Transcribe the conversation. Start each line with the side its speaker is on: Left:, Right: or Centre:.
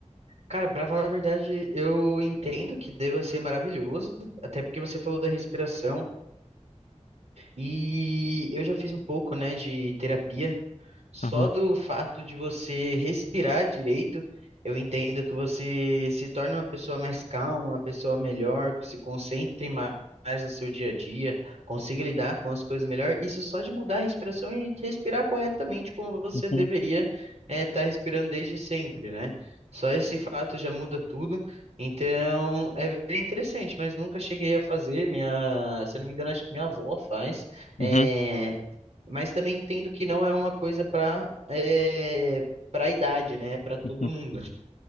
Right: Cara, para falar a verdade, eu entendo que deva ser maravilhoso, até porque você falou da respiração e eu já fiz um pouco, né, de terapia. Só
Left: Aham,
Right: do fato de você respirar direito, eu entendo que você se torne uma pessoa mais calma, uma pessoa melhor, que se concentre ma- mais no seu dia a dia, consiga lidar com as coisas melhor. Isso só de mudar a respiração e respirar corretamente como você
Left: uhum.
Right: deveria estar respirando desde sempre, né? Só esse fato já muda tudo. Então, é bem interessante, mas nunca cheguei a fazer. Minha, se eu não me engano, acho que minha avó faz.
Left: Uhum,
Right: é mas também entendo que não é uma coisa para é, para idade, né? Para todo
Left: uhum.
Right: mundo.